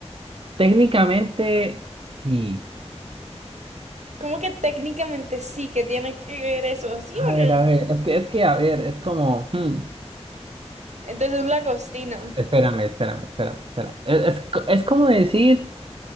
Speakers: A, on the right; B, on the right.
A: técnicamente sí.
B: ¿Cómo que técnicamente sí que tiene que ver eso? ¿Sí
A: A
B: o
A: ver, a
B: no?
A: ver, es que, es que, a ver, es como, hmm,
B: Entonces es un langostino.
A: espérame, espérame, espérame, espérame. Es, es, co- es como decir,